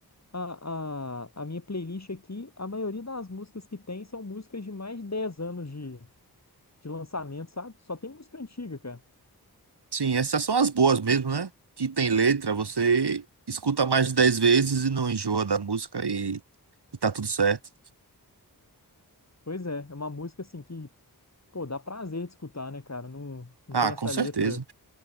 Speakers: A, on the left; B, on the right.
A: a, a, a minha playlist aqui, a maioria das músicas que tem são músicas de mais de 10 anos de de lançamento, sabe? Só tem música antiga, cara.
B: Sim, essas são as boas mesmo, né? Que tem letra, você escuta mais de 10 vezes e não enjoa da música e, e tá tudo certo.
A: Pois é, é uma música assim que, pô, dá prazer de escutar, né, cara? Não, não
B: Ah,
A: tem essa
B: com certeza.
A: letra,